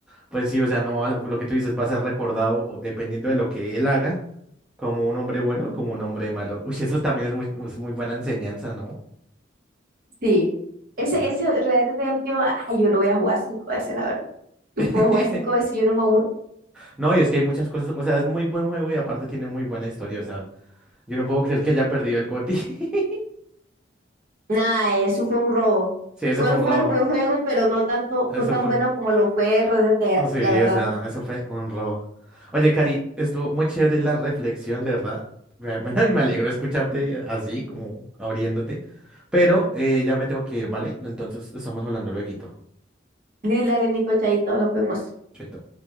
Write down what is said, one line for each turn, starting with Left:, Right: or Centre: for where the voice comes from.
Centre: pues sí, o sea, no, va- lo que tú dices va a ser recordado o dependiendo de lo que él haga, como un hombre bueno o como un hombre malo. Uy, eso también es muy, es muy buena enseñanza, ¿no?
Right: sí. Ese,
Centre: De-
Right: ese Red Dead Redemption, ay, yo lo voy a jugar cinco veces, la verdad. Yo
Centre: <laughs>
Right: puedo jugar cinco veces y yo no me aburro.
Centre: No, y es que hay muchas cosas, o sea, es muy buen juego y aparte tiene muy buena historia, o sea, yo no puedo creer que haya perdido el GOTY. <laughs>
Right: Nada, eso fue un robo.
Centre: Sí, eso
Right: God
Centre: fue un
Right: of
Centre: robo,
Right: War, buen juego, pero no tanto,
Centre: eso
Right: no tan
Centre: fue.
Right: bueno como lo fue Red Dead,
Centre: Oh, Sí,
Right: la verdad.
Centre: o sea, eso fue un robo. Oye, Cari, estuvo muy chévere la reflexión, de verdad. Me, me, <laughs> y me alegro escucharte así, como abriéndote. Pero eh, ya me tengo que ir, ¿vale? Entonces estamos hablando lueguito.
Right: Lila, Nico, Chaito, nos vemos.
Centre: Chaito.